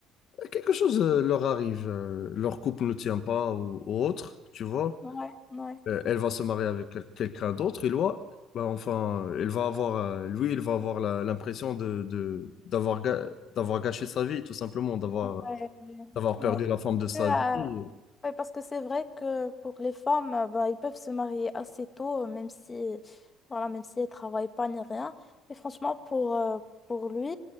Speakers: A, on the left (about 50°); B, on the left (about 20°).
A: quelque chose euh, leur arrive, euh, leur couple ne tient pas ou, ou autre, tu vois,
B: ouais, ouais,
A: euh, elle va se marier avec quel- quelqu'un d'autre, et loi, bah, enfin, elle va avoir, euh, lui, il va avoir la- l'impression de, de- d'avoir, ga- d'avoir gâché sa vie, tout simplement, d'avoir,
B: ouais, ouais.
A: d'avoir
B: ouais.
A: perdu la forme de sa
B: Euh,
A: vie.
B: Oui, parce que c'est vrai que pour les femmes, euh, bah, ils peuvent se marier assez tôt, euh, même si, voilà, même si elles travaillent pas ni rien. Mais franchement, pour, euh, pour lui,